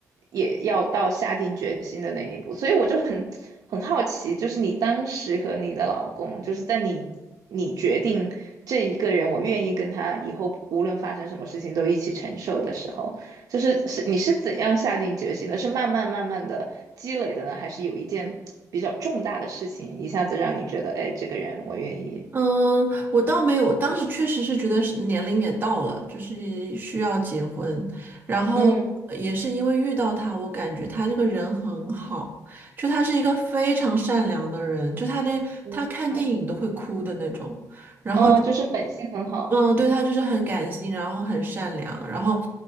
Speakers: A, on the right; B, on the right.
A: 也要到下定决心的那一步，所以我就很很好奇，就是你当时和你的老公，就是在你你决定这一个人，我愿意跟他以后无论发生什么事情都一起承受的时候。就是是你是怎样下定决心的？是慢慢慢慢的积累的呢，还是有一件比较重大的事情一下子让你觉得，哎，这个人我愿意？
B: 嗯，我倒没有，当时确实是觉得是年龄也到了，就是需要结婚。然后也是因为遇到他，
A: 嗯
B: 我感觉他这个人很好，就他是一个非常善良的人，就他连他看电影都会哭的那种。
A: 嗯嗯，
B: 然后
A: 哦，就是本性很好。
B: 嗯，对，他就是很感性，然后很善良，然后，